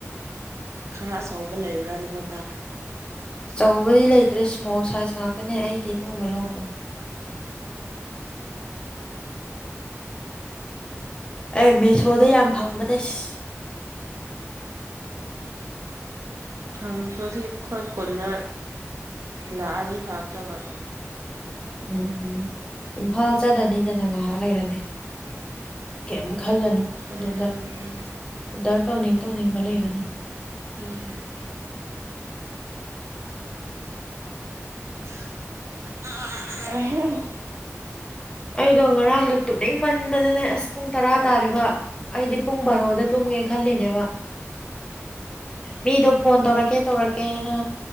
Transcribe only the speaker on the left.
ꯑꯆꯧꯕꯗꯤ ꯂꯩꯇ꯭ꯔꯦ ꯁ꯭ꯃꯣꯜ ꯁꯥꯏꯖ ꯉꯥꯛꯇꯅꯦ ꯑꯩꯗꯤ ꯑꯗꯨꯒꯨꯝꯕ ꯂꯧꯕꯗꯣ ꯑꯩ ꯃꯦꯁꯣꯗ ꯌꯥꯝ ꯐꯪꯕꯅꯦꯁ
ꯎꯝ ꯏꯝꯐꯥꯜ ꯆꯠꯂꯅꯤꯗꯅ ꯉꯥꯍꯥꯛ ꯂꯩꯔꯗꯤ ꯀꯩꯝ ꯈꯜꯂꯅꯨ ꯑꯗꯨꯗ
ꯑꯣꯗꯔ ꯇꯧꯅꯤꯡ ꯇꯧꯅꯤꯡꯕ ꯂꯩꯗꯅ
ꯑꯩꯗꯣ ꯉꯔꯥꯡꯗꯣ ꯇꯨꯝꯅꯤꯡ ꯃꯟꯗꯅꯅꯦ ꯑꯁ ꯄꯨꯡ ꯇꯔꯥ ꯇꯥꯔꯦꯕ ꯑꯩꯗꯤ ꯄꯨꯡ ꯕꯥꯔꯣꯗ ꯇꯨꯝꯒꯦ ꯈꯜꯂꯤꯅꯦꯕ ꯃꯤꯗꯣ ꯐꯣꯟ ꯇꯧꯔꯛꯀꯦ ꯇꯧꯔꯛꯀꯦꯅ